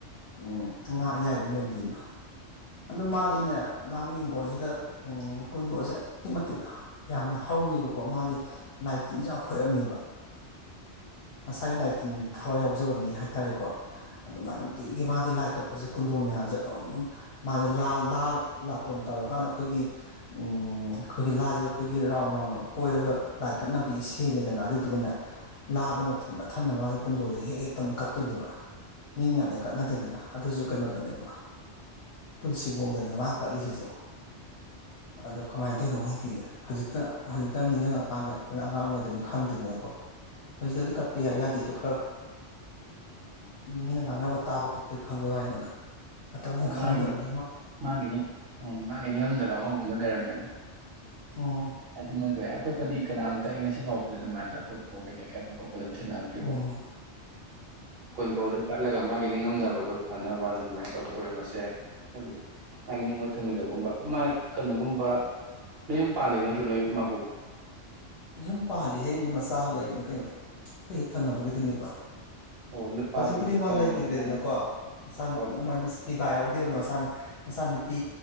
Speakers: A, on the left; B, on the right.
A: ꯎꯝ ꯉꯥ ꯑꯌꯥꯏꯕ ꯌꯣꯟꯕꯤ ꯑꯃ ꯑꯗꯨ ꯃꯥꯗꯤꯅꯦ ꯃꯥꯒꯤ ꯍꯤꯡꯈꯣꯜꯁꯤꯗ ꯎꯝ ꯀꯨꯟꯗꯣꯁꯦ ꯑꯗꯨꯛꯀꯤ ꯃꯇꯤꯛ ꯌꯥꯝꯅ ꯍꯧꯋꯦꯕꯀꯣ ꯃꯥꯗꯤ ꯂꯥꯏ ꯇꯤꯟꯁꯨ ꯌꯥꯝ ꯈꯣꯏꯔꯝꯃꯦꯕ ꯃꯁꯥꯏ ꯂꯥꯏ ꯇꯤꯟ ꯊꯋꯥꯏ ꯌꯥꯎꯖꯕ ꯃꯤ ꯍꯥꯏ ꯇꯥꯔꯦꯀꯣ ꯑꯗꯨꯃꯥꯏꯅ ꯅꯨꯡꯇꯤꯒꯤ ꯃꯥꯗꯤ ꯂꯥꯏ ꯀꯠꯄꯖ‌ꯦ ꯀꯨꯟꯗꯣ ꯃꯌꯥꯝꯖ‌ꯦ ꯑꯗꯨꯝ ꯃꯥꯁꯦ ꯂꯥ ꯂꯥ ꯂꯥꯇꯣꯟ ꯇꯧꯔꯀꯥꯟ ꯑꯩꯈꯣꯏꯒꯤ ꯎꯝ ꯑꯩꯈꯣꯏꯒꯤ ꯂꯥꯁꯦ ꯑꯩꯈꯣꯏꯒꯤ ꯔꯥꯎꯟ ꯔꯥꯎꯟ ꯀꯣꯏꯔꯒ ꯂꯥꯏ ꯀꯠꯅꯕꯒꯤ ꯁꯦꯝꯃꯤꯗꯅ ꯑꯗꯨꯗꯨꯒꯅ‌ꯦ ꯂꯥꯗꯨꯃ ꯊꯟꯅ ꯊꯟꯅꯕ ꯃꯥꯖ‌ꯦ ꯀꯨꯟꯗꯣꯖ‌ꯦ ꯍꯦꯛ ꯍꯦꯛ ꯇꯅ ꯀꯠꯇꯣꯏꯅꯦꯕ ꯃꯤ ꯃꯌꯥꯝꯅ ꯀꯠꯅꯗꯦꯗꯅ ꯑꯗꯨꯁꯨ ꯀꯩꯅꯣꯗꯅꯦꯕ ꯇꯨꯜꯁꯤꯕꯣꯡꯗꯅꯦ ꯃꯥ ꯀꯠꯂꯤꯁꯤꯁꯨ ꯑꯗꯣ ꯀꯃꯥꯏꯟ ꯇꯧꯏꯅꯣ ꯈꯪꯗꯤꯌꯦ ꯍꯧꯖꯤꯛꯇ ꯍꯧꯖꯤꯛꯇ ꯅꯤꯡꯁꯤꯡꯉꯛꯀꯥꯟꯗ ꯑꯩꯈꯣꯏꯅ ꯑꯉꯥꯡ ꯑꯣꯏꯔꯤꯉꯩꯗꯅꯤ ꯈꯪꯗꯦꯗꯅꯀꯣ ꯍꯧꯖꯤꯛꯇꯗꯤ ꯀꯠꯄ ꯌꯥꯏ ꯌꯥꯗꯦꯗꯣ ꯈꯔ ꯃꯤꯅ ꯉꯥꯡꯅꯕ ꯇꯥꯕ ꯈꯣꯠꯄꯩ ꯈꯪꯕꯩ ꯋꯥꯅꯤꯗꯅ ꯃꯇꯝꯗꯨ
B: ꯑꯣ
A: ꯈꯪꯗꯕꯅꯤ
B: ꯃꯥꯒꯤꯅꯤ ꯃꯥꯒꯤꯅꯤ ꯎꯝ ꯃꯥꯒꯤ ꯅꯤꯡꯉꯝꯗꯕ ꯑꯃꯒꯨꯝꯕ ꯂꯩꯔꯝꯒꯅꯤ
A: ꯎꯝ
B: ꯑꯗꯨꯃꯛ <unintelligible> ꯑꯇꯣꯞꯄꯗꯤ ꯀꯅꯥꯝꯇ ꯑꯩ ꯉꯁꯤ ꯐꯥꯎꯕꯗ ꯑꯗꯨꯃꯥꯏꯅ ꯀꯨꯟꯗ‌ꯣ ꯀꯩꯀꯩ ꯀꯠꯄ ꯈꯣꯠꯄ ꯑꯗꯨꯝ ꯊꯦꯡꯅꯔꯛꯇ꯭ꯔꯤꯕ
A: ꯎꯝ
B: ꯀꯨꯟꯗꯣꯗ‌ꯣ ꯀꯠꯂꯒ ꯃꯥꯒꯤ ꯅꯤꯡꯉꯝꯗꯕꯗꯣ ꯐꯅꯕꯅ ꯑꯗꯨꯃꯥꯏ ꯇꯧꯕ ꯑꯣꯏꯔꯝꯕꯁꯨ ꯌꯥꯏ ꯍꯥꯏꯕꯗꯤ ꯃꯥꯒꯤ ꯅꯤꯡꯕ ꯊꯨꯡꯉ‌ꯣꯏꯗꯒꯨꯝꯕ ꯃꯥ ꯀꯩꯅꯣꯒꯨꯝꯕ ꯃꯌꯨꯝ ꯄꯥꯜꯂꯤ ꯅꯠꯇ꯭ꯔ‌ꯣ ꯅꯣꯏ ꯃꯥꯕ‌ꯣ
A: ꯌꯨꯝ ꯄꯥꯜꯂꯤ ꯍꯦꯛ ꯃꯆꯥꯒ ꯂꯩꯔꯤꯅꯦ ꯀꯩꯅꯣ ꯑꯩꯈꯣꯏ ꯍꯦꯛ ꯊꯪꯅꯕꯒꯤꯗꯨꯅꯤꯕ
B: ꯑꯣ ꯅꯨꯄꯥꯗꯤ
A: ꯍꯧꯖꯤꯛꯄꯨꯗꯤ ꯃꯥ
B: ꯀ
A: ꯂꯩꯈꯤꯗ꯭ꯔꯦꯗꯅꯀꯣ
B: ꯉꯟꯅ ꯀꯥꯏꯅ
A: ꯃꯆꯥꯅꯨꯄꯤ
B: ꯍꯣꯏ ꯍꯣꯏ
A: ꯃ‌ꯣꯏ ꯃ ꯄꯤꯕꯥ ꯌꯥꯎꯗꯦꯕ ꯃꯆꯥ ꯃꯆꯥ ꯅꯨꯄꯤ